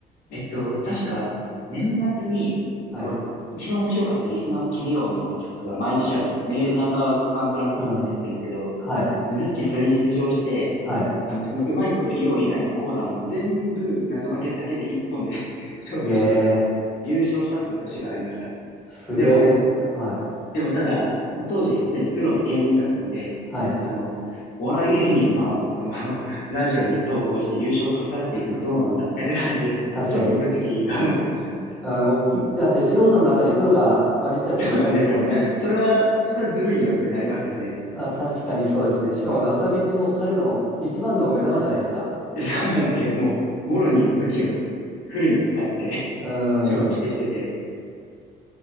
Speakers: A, on the left (about 70°); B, in the centre.
A: えっと、確か、年末に、
B: はい。
A: こう、一番面白かったリスナーを決めようみたいな企画が毎年あるんですよ。メールナンバーワングランプリっていうのやってるんですけど、
B: はうん。はい。
A: ねずっちそれに出場して、
B: はい。
A: あの、そのうまいこと言おう以外のコーナーも全部謎かけだけで一本で <laughs> 勝負して、
B: すげえ。
A: 優勝したっていう年がありました。
B: すげえね。
A: でも、
B: はい。
A: でもただ、当時すでにプロの芸人だったんで、
B: はい。
A: あの、お笑い芸人が、その、<laughs> ラジオに投稿して優勝かっさらっていくのはどうなんだ、みたいな感じで、
B: 確かに。
A: ちょっと物議かもしてました。
B: あ、もう、いだって素人の中にプロが混じっちゃってるようなもんですもんね。
A: そうなんですよ。それは、それはずるいよってなりますよね。
B: あ、確かにそうですね。しかも謎かけってもう彼の一番の目玉じゃないですか。
A: いやそうなんですよ。もう、もろに武器をフルに使って
B: うーん。
A: <laughs> 勝負してきてて、